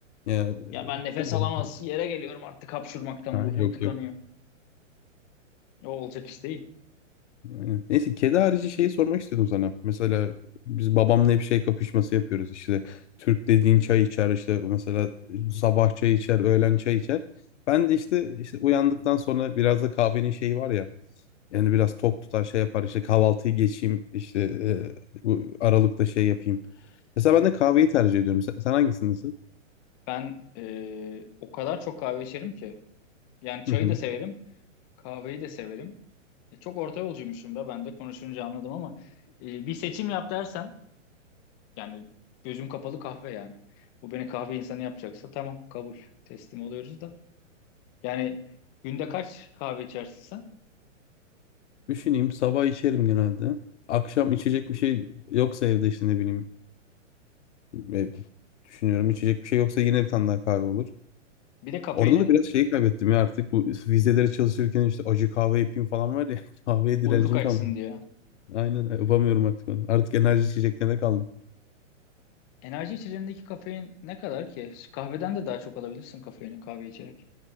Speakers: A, on the left (about 65°); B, on the left (about 30°).
A: Ya, e,
B: Ya ben nefes
A: tabii.
B: alamaz yere geliyorum artık hapşurmaktan.
A: Ha,
B: Burnum
A: yok
B: tıkanıyor.
A: yok.
B: O olacak iş değil.
A: Aynen. Neyse kedi harici şeyi sormak istedim sana. Mesela biz babamla hep şey kapışması yapıyoruz işte. Türk dediğin çay içer işte mesela sabah çay içer, öğlen çay içer. Ben de işte, işte uyandıktan sonra biraz da kahvenin şeyi var ya. Yani biraz tok tutar şey yapar işte kahvaltıyı geçeyim işte e, bu aralıkta şey yapayım. Mesela ben de kahveyi tercih ediyorum. Sen, sen hangisindesin?
B: Ben e, o kadar çok kahve içerim ki. Yani çayı
A: Hı hı.
B: da severim, kahveyi de severim. E, çok orta yolcuymuşum da ben de konuşunca anladım ama e, bir seçim yap dersen yani gözüm kapalı kahve yani. Bu beni kahve insanı yapacaksa tamam kabul teslim oluyoruz da. Yani günde kaç kahve içersin sen?
A: Düşüneyim sabah içerim genelde. Akşam içecek bir şey yoksa evde işte ne bileyim Ve düşünüyorum içecek bir şey yoksa yine bir tane daha kahve olur.
B: Bir de kafeinin
A: Orada da biraz şeyi kaybettim ya artık bu vizelere çalışırken işte acı kahve yapayım falan var ya <laughs> kahveye direncim
B: uyku kaçsın
A: kalmadı.
B: diye.
A: Aynen yapamıyorum artık onu. Artık enerji içeceklerine kaldım.
B: Enerji içeceğindeki kafein ne kadar ki? Kahveden de daha çok alabilirsin kafeini kahve içerek.